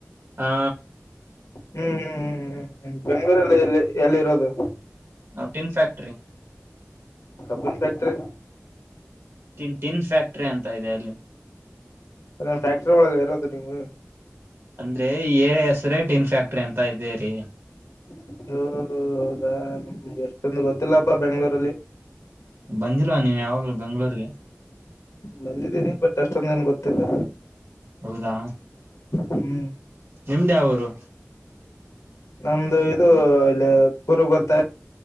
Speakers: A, on the right (about 50°); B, on the left (about 80°).
A: ಹಾ.
B: ಹ್ಮ್ ಹ್ಮ್ ಹ್ಮ್ ಹ್ಮ್ ಹ್ಮ್ ಬೆಂಗ್ಗಳೂರಲ್ಲಿ ಎಲ್ಲಿ ಎಲ್ಲಿರೋದು.
A: ಹ ಟಿನ್ ಫ್ಯಾಕ್ಟ್ರಿ.
B: ಕಬ್ಬುರ್ ಫ್ಯಾಕ್ಟರಿ.
A: ಟಿನ್ ಟಿನ್ ಫ್ಯಾಕ್ಟ್ರಿ ಅಂತ ಇದೆ ಅಲ್ಲಿ.
B: ಅ ಫ್ಯಾಕ್ಟರಿ ಒಳಗಗೆ ಇರದು ನೀವು
A: ಅಂದ್ರೆ ಏರೆ ಹೆಸ್ರೇ ಟಿನ್ ಫ್ಯಾಕ್ಟ್ರಿ ಅಂತ ಇದೇ ರಿ.
B: <unintelligible> ಹದಾ ನಮ್ಗೆ ಎಷ್ಟೊಂದು ಗೊತ್ತಿಲ್ಲಪ್ಪ ಬೆಂಗ್ಳೂರಲ್ಲಿ.
A: ಬಂದಿಲ್ವಾ ನೀವ ಯಾವಾಗ್ಲೂ ಬೆಂಗ್ಗಳೂರ್ಗೆ.
B: ಬಂದಿದ್ದೀನಿ ಬಟ್ ಅಷ್ಟೊಂದೇ ಏನ್ ಗೊತ್ತಿಲ್ಲ.
A: ಹೌದಾ
B: ಹ್ಮ್
A: ನಿಮ್ದ ಯಾವೂರು.
B: ನಮ್ದು ಇದು ಇಲ್ಲಿ ಕುರು ಗೊತ್ತ.